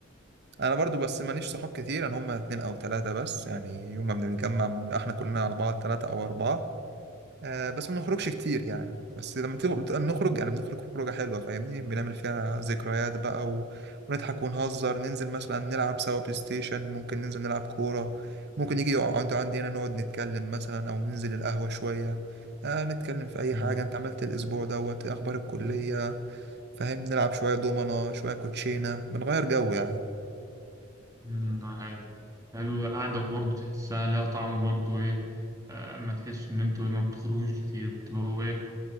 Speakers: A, on the right; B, on the right.
A: انا برضو بس ماليش صحاب كتير انا هم اتنين او تلاتة بس يعني يوم ما بنتجمع بنبقى احنا كلنا على بعض تلاتة او اربعة آه بس ما بنخرجش كتير يعني بس لما تيجي بتبقى نخرج يعني بنخرج خروجة حلوة فاهمني بنعمل فيها ذكريات بقى و... ونضحك ونهزر ننزل مثلا نلعب سوا بلاي ستيشن ممكن ننزل نلعب كورة ممكن يجي يقعد عندي هنا نقعد نتكلم مثلا أو ننزل القهوة شوية آه نتكلم في أي
B: مم.
A: حاجة أنت عملت الأسبوع دوت إيه أخبار الكلية فاهم نلعب شوية دومنة شوية كوتشينة بنغير جو يعني
B: مم. حلو حلو القعدة برضه تحسها لها طعم برضه إيه آه، أما تحس إن أنتوا إيه ما بتخرجوش كتير بتبقوا إيه